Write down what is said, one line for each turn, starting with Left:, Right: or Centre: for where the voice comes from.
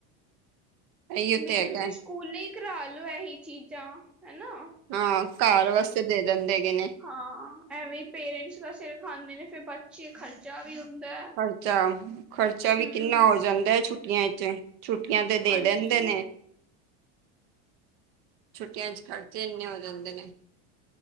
Right: ਇਹੀਓ
Centre: ਵੀ
Right: ਤੇ ਹੈਗਾ
Centre: ਤੁਸੀਂ ਸਕੂਲ ਹੀ ਕਰਾ ਲਓ, ਇਹੀ ਚੀਜ਼ਾਂ ਹਨਾ।
Right: ਹਾਂ। ਘਰ ਵਾਸਤੇ ਦੇ ਦਿੰਦੇ ਹੈਗੇ ਨੇ।
Centre: ਹਾਂ, ਐਵੇਂ ਹੀ ਪੇਰੈਂਟਸ ਦਾ ਸਿਰ ਖਾਂਦੇ ਨੇ ਫਿਰ ਬੱਚੇ ਖ ਬੱਚਾ ਵੀ ਹੁੰਦਾ।
Right: ਖਰਚਾ। ਖਰਚਾ ਵੀ
Centre: ਹਮ
Right: ਕਿੰਨਾ ਹੋ ਜਾਂਦਾ ਹੈ ਛੁੱ ਛੁੱਟੀਆਂ ਚ' ਛੁੱਟੀਆਂ ਤੇ ਦੇ
Centre: ਹਾਂਜੀ
Right: ਦਿੰਦੇ ਨੇ। ਛੁੱਟੀਆਂ 'ਚ ਖਰਚੇ ਇੰਨੇ ਹੋ ਜਾਂਦੇ ਨੇ।